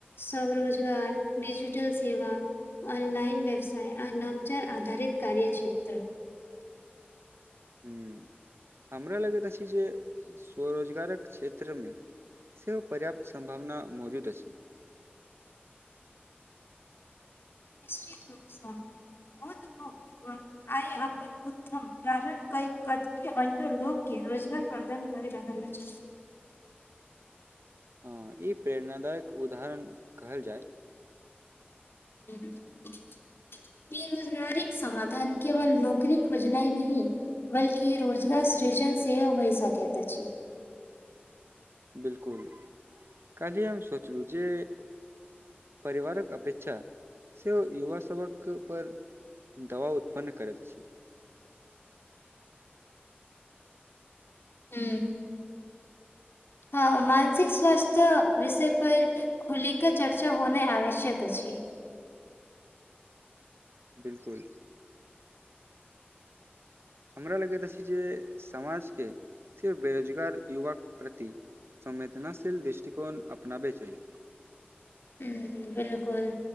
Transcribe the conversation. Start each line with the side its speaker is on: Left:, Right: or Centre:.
Left: स्वरोजगार डिजिटल सेवा ऑनलाइन व्यवसाय आनवचार आधारित कार्य क्षेत्र
Right: ह हमरा लगैत अछि जे स्वरोजगारक क्षेत्र मे सेहो पर्याप्त सम्भावना मौजूद अछि
Left: निश्चित रूप सँ बहुत युवक आय अपन उत्तम प्रारम्भ कै कत के अन्य लोक के रोजगार प्रदान कर रहल छथि
Right: ह ई प्रेरणादायक उदाहरण कहल जाय
Left: हू इ बेरोजगारिक समाधान केवल नौकरी खोजना नहि बल्कि रोजगार सृजन सेहो भय सकेैत अछि
Right: बिलकुल काल्हि हम सोचलहुँ जे परिवारक अपेक्षा से युवा सभक पर दबाव उत्पन्न करैत अछि
Left: हू हँ मानसिक स्वस्थ्य विषय पर खुलिक चर्चा होना आवश्यक अछि
Right: बिलकुल हमरा लगैत अछि जे समाजके सिर्फ बेरोजगार युवाके प्रति संवेदनाशील दृष्टिकोण अपनाबे चाही
Left: ह बिलकुल